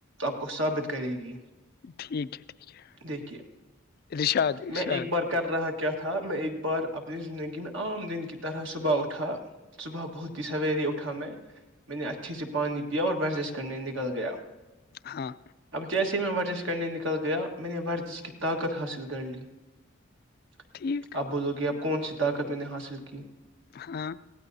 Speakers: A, on the right; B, on the left.
A: آپ کو ثابت کرے گی
B: ٹھیک ہے ٹھیک ہے
A: دیکھیے
B: ررشاداد ارشاد
A: میں ایک بار کر رہا کیا تھا میں ایک بار اپنی زندگی میں عام دن کی طرح صبح اٹھا صبح بہت ہی سویرے اٹھا میں میں نے اچھھیے سے پانی پیا اور ورزش کرنے نکل گیا
B: ہاں
A: اب جیسے ہی میں ورزش کرنے نکل گیا میں نے ورزش کی طاقت حاصل کر لی اھ
B: ٹھیک
A: اب بولو گے آپ کون سی طاقت میں نے حاصل کی
B: ہاں